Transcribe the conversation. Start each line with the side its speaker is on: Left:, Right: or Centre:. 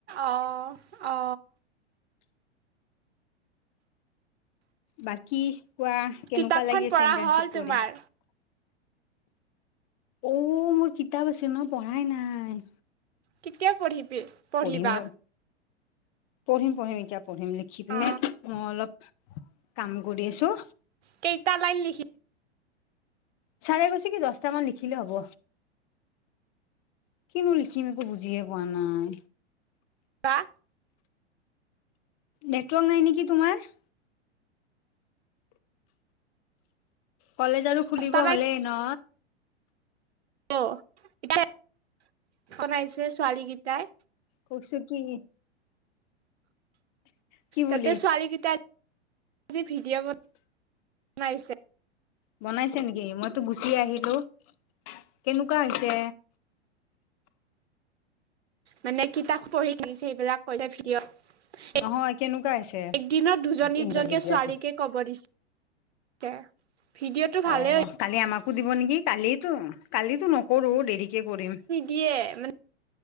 Right: অ অ।
Left: বাকী কোৱা কেনেকুৱা
Right: কিতাপখন
Left: লাগিছে
Right: পঢ়া
Left: ইণ্টাৰ্নশ্বিপ
Right: হ'ল তোমাৰ
Left: কৰি। অ মোৰ কিতাপ আছে ন পঢ়াই নাই।
Right: কেতিয়া পঢ়িবি? পঢ়িবা
Left: পঢ়িম ৰ পঢ়িম পঢ়িম এতিয়া পঢ়িম লিখি পিনে
Right: অ
Left: মই অলপ কাম কৰি আছোঁ।
Right: কেইটা লাইন লিখি
Left: চাৰে কৈছে কি দছটামান লিখিলে হ'ব। কিনো লিখিম একো বুজিয়ে পোৱা নাই।
Right: কাহ
Left: নেটৱৰ্ক নাই নেকি তোমাৰ? কলেজ আৰু খুলিব
Right: দহটা লাইন
Left: হ'লেই ন।
Right: অ ইতায়েত বনাইছে ছোৱালী কেইটাই।
Left: কৰচো কি কি বুলি
Right: তাতে ছোৱালী গিতাই যি ভিডিঅ' বন নাইছে।
Left: বনাইছে নেকি মইতো গুচি আহিলো, কেনেকুৱা হৈছে?
Right: মানে কিতাপ পঢ়ি থিৰিছে সেইবিলাক কৈছে ভিডিঅ'।
Left: নহয়
Right: এক
Left: কেনেকুৱা হৈছে
Right: একদিনত দুজনী
Left: ইণ্টাৰভিউ
Right: দুজনীকে
Left: দিয়াতো
Right: ছোৱালীকে কব দিছ তে ভিডিঅ'টো ভালে
Left: অ কালি আমাকো দিব নেকি কালিটো কালিটো নকৰো দেৰিকে কৰিম।
Right: দিয়ে মানে